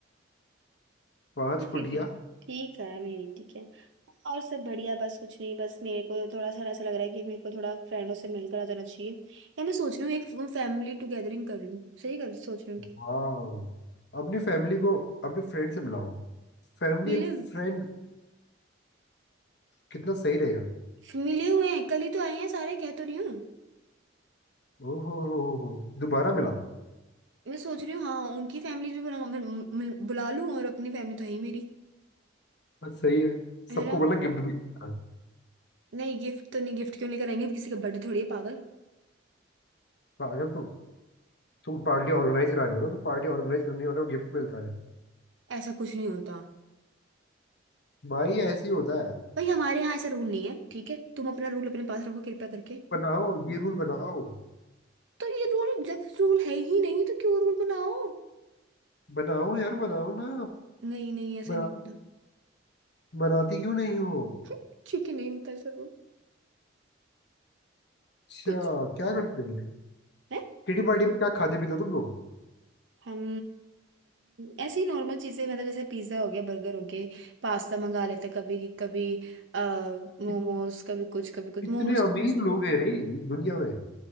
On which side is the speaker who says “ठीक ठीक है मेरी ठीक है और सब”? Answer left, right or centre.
Right